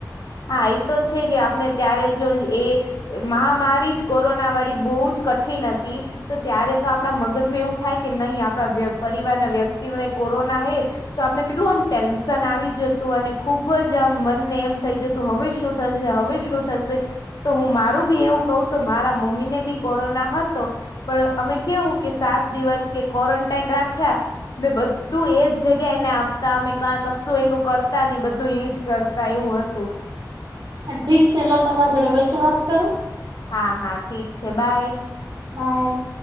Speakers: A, on the left (about 60°); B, on the right (about 75°).
A: હા ઈ તો છે કે આપને ત્યારે જો એ મહામારી જ કોરોના વાળી બઊ જ કઠિન અતી તો ત્યારે તો આપડા મગજમાં એવું થાય કે નઇ આપણા પરિવાર ના વ્યક્તિને કોરોના હે. તો આપને કેટલું આમ ટેન્શન આવી જતું અને ખુબ જ આમ મનને એમ થઈ જતું તો હવે શું થશે હવે શું થશે. તો હું મારું બી એવું કઉ તો મારા મમ્મી ને બી કોરોના હતો. પણ અમે કેવું કે સાત દિવસ કે કોરન ટાઈન રાખ્યા, ને બધું એજ જગ્યા એને આપ તા અમે કા કશું એનું કરતા ની બધું એજ કરતા એવું હતું.
B: ઠીક છે લો તમારે જોડે વચ્ચે વાત કરો?
A: હા હા ઠીક છે બાય.
B: બાય.